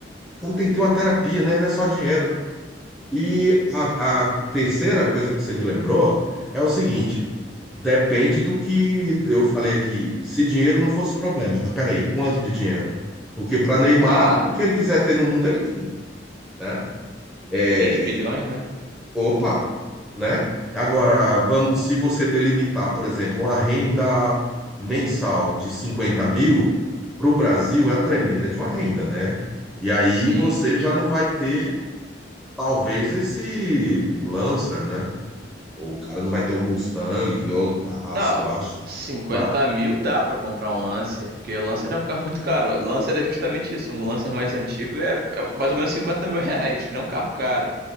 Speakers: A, in the centre; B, on the right.
A: cara, tem que ter uma terapia, né? Não é só dinheiro, né? E a, a terceira coisa que você me lembrou é o seguinte: depende do que eu falei aqui. Se dinheiro não fosse problema, mas peraí, quanto de dinheiro? Porque para Neymar,
B: Ah,
A: o que ele quiser ter no mundo, ele tem, né? É,
B: três bilhões, né?
A: opa, né? Agora, vamos, se você delimitar, por exemplo, uma renda mensal de 50 mil, para o Brasil é a tremenda de uma renda, né? E aí
B: Sim.
A: você já não vai ter, talvez, esse Lancer, né? Ou o cara não vai ter um Mustang, que é outro carrasco
B: Não,
A: que eu acho.
B: cinquenta
A: Vale.
B: mil dá pra comprar um Lancer, porque o Lancer é um carro muito caro. Lancer é justamente isso. Um Lancer mais antigo é, é mais ou menos 50 mil reais, não é um carro caro.